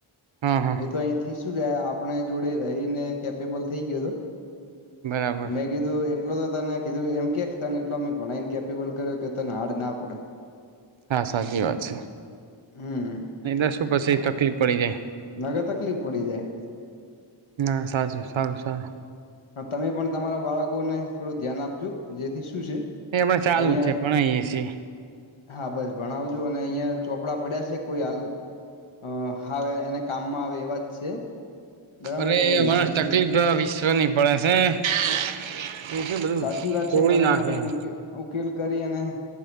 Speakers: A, on the right; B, on the left.
A: હા હા
B: એ તો અહી થી શું કે આપણે જોડે રહીને કેપેબલ થઈ ગયો હતો.
A: બરાબર
B: મેં કીધું એટલો તો તને કીધું એમ કે તને એટલો ભણાઈ ને કેપેબલ કર્યો કે તને હારડ ના પડે
A: હા સાચી વાત છે.
B: હમ
A: નહી દર શું પછી
B: હા
A: તકલીફ પડી જાય
B: નગર તકલીફ પડી જાય
A: ના સાચું સારું સારું
B: તમે પણ તમારા બાળકોને થોડું ધ્યાન આપજો જેથી શું છે
A: એ પણ ચાલુ
B: અહિયાં
A: જ છે પણ અહી એસી
B: હા બસ ભણાવજો અને અહિયાં ચોપડા પડ્યા છે કોઈ હાલ અ હવે એને કામમાં આવે એવા જ છે. બરાબર
A: અરે
B: એને ઈજીથી
A: માણસ તકલીફ વિશ્વની પડે છે. એ બધું
B: સાચી વાત
A: તોડી
B: છે પણ
A: નાખે
B: એનો કઈક
A: હે
B: ઉકેલ કરી અને